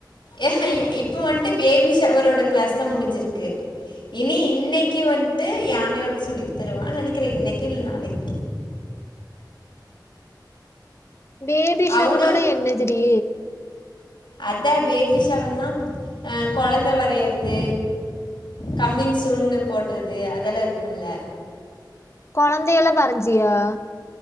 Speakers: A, on the left (about 80°); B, on the left (about 35°).
A: ஏஹ் இப்ப வந்துட்டு பேபி ஷவரோட கிளாஸ் தான் முடிஞ்சிருக்கு இனி இன்னைக்கு வந்துட்டு யானையோட சொல்லி தருவான் நினைக்கிறேன் இன்னைக்கு இல்ல நாளைக்கு
B: பேபிஷவரோட
A: அவங்களும்
B: என்னது டி
A: அதான் பேபிஷவர்னா அஹ் குழந்தை வரையறது கம்மமிங் சுண்ணு போடுறது அதெல்லாம் இருக்கும்ல
B: குழந்தையல்ல வரஞ்சியா